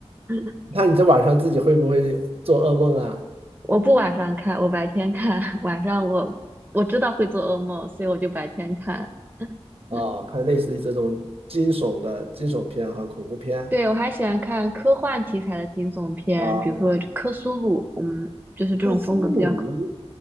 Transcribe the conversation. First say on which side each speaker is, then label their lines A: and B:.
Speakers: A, on the right (about 15°); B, on the right (about 60°).
A: <laughs>
B: 那你这晚上自己会不会做噩梦啊？
A: 我不晚上看，我白天看，<laughs> 晚上我我知道会做噩梦，所以我就白天看。
B: 啊，
A: <laughs>
B: 看类似于这种惊悚的惊悚片和恐怖片
A: 对，我还喜欢看科幻题材的惊悚片，
B: 啊，
A: 比如说《科苏鲁》，嗯，就是这种风格比较科
B: 克苏鲁。